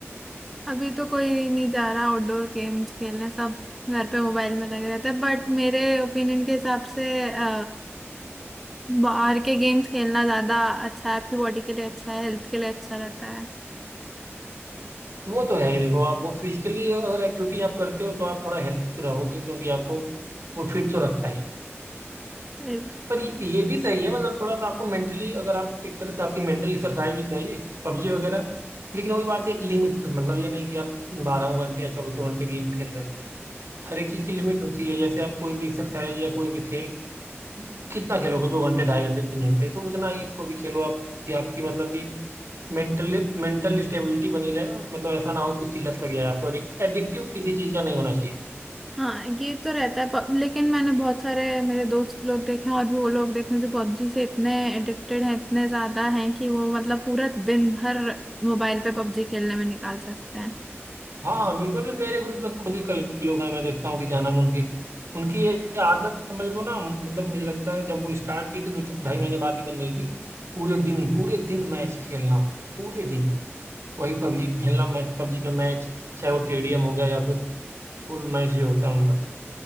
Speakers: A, in the centre; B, on the right.
A: अभी तो कोई नहीं जा रहा आउटडोर गेम्स खेलने सब घर पे मोबाइल में लगे रहते हैं बट मेरे ओपिनियन के हिसाब से अ, बाहर के गेम्स खेलना ज्यादा अच्छा है आपकी बॉडी के लिए अच्छा है हेल्थ के लिए अच्छा रहता है
B: वो तो है ही देखो आप वो फिजिकली अगर एक्टिविटी आप करते हो तो आप थोड़ा हेल्थी तो रहोगे क्योंकि आपको वो फिट तो रखता ही
A: सही बात।
B: पर ये, ये भी सही है मतलब थोड़ा सा आपको मेंटली अगर आप एक तरह से आपकी मेंटल एक्सरसाइज भी करिए पबजी वगैरह लेकिन वही बात है एक लिमिट मतलब ये नहीं कि आप बारह घंटे या चौबीसों घंटे गेम खेल रहे हो हर एक चीज़ की लिमिट होती है जैसे आप कोई भी एक्सरसाइज या कोई भी खेल कितना खेलोगे दो घंटे ढाई घंटे तीन घंटे तो उतना ही इसको भी खेलो आप कि आपकी मतलब कि मेंटली मेंटल स्टेबिलिटी बनी रहे और मतलब ऐसा ना हो कि उसकी लत लग जाए आपको एडिक्टिव किसी चीज का नहीं होना चाहिए
A: हाँ ये तो रहता है प- लेकिन मैंने बहुत सारे मेरे दोस्त लोग देखे हैं और भी वो लोग देखे हैं जो पबजी से इतने एडिक्टेड हैं इतने ज्यादा हैं कि वो मतलब पूरा दिन भर मोबाइल पे पबजी खेलने में निकाल सकते हैं
B: हाँ बिल्कुल मेरे ग्रुप में खुद ही कई लोग हैं मैं देखता हूँ कि क्या नाम है उनकी उनकी ये आदत समझ लो ना मतलब मुझे लगता है जब वो स्टार्ट की थी दो ढाई महीने बाद ही बन गई थी पूरे दिन पूरे दिन मैच खेलना पूरे दिन वही पबजी खेलना मैच पबजी पे मैच चाहे वो टेडियम हो गया या फिर फुल मैच जो होता है उनका